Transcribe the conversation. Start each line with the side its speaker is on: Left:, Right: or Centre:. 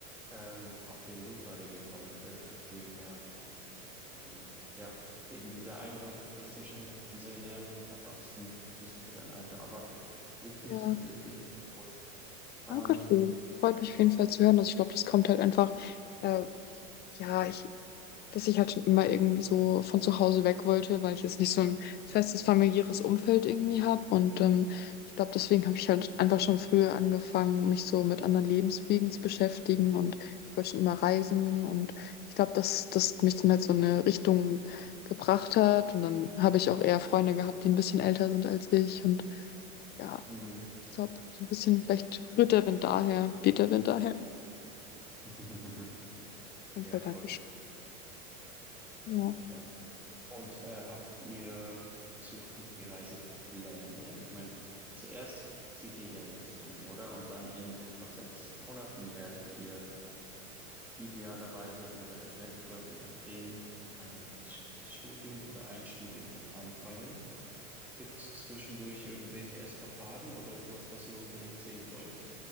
Centre: ähm, auf den du gerade gekommen bist. Deswegen ja, die, ja, eben dieser Eindruck, dass du schon sehr, sehr erwachsen bist für dein Alter. Aber richtig,
Left: Ja,
Centre: richtig cool. Ähm,
Left: danke schön. Freut mich auf jeden Fall zu hören. Also ich glaube, das kommt halt einfach, äh, ja, ich dass ich halt schon immer irgendwie so von zu Hause weg wollte, weil ich jetzt nicht so ein festes familiäres Umfeld irgendwie habe. Und ähm, ich glaube, deswegen habe ich halt einfach schon früher angefangen, mich so mit anderen Lebenswegen zu beschäftigen. Und ich wollte schon immer reisen. Und ich glaube, dass das mich dann halt so in eine Richtung gebracht hat. Und dann habe ich auch eher Freunde gehabt, die ein bisschen älter sind als ich. Und ja,
Centre: mm,
Left: ich glaube, so ein bisschen vielleicht rührt der Wind daher, weht der Wind daher. Auf
Centre: <laughs>
Left: jeden
Centre: Ja,
Left: Fall danke.
Centre: voll.
Left: Ja.
Centre: Mm, Klar. Und äh, habt ihr zukünftige Reisepläne? Ich meine, zuerst zieht ihr ja jetzt um, oder? Und dann in etwa sechs Monaten werdet ihr idealerweise oder eventuell, je nachdem, äh, das, das Studium oder ein Studium dann anfangen. Gibt es zwischendurch irgendwelche Eskapaden oder irgendwas, was ihr unbedingt sehen wollt?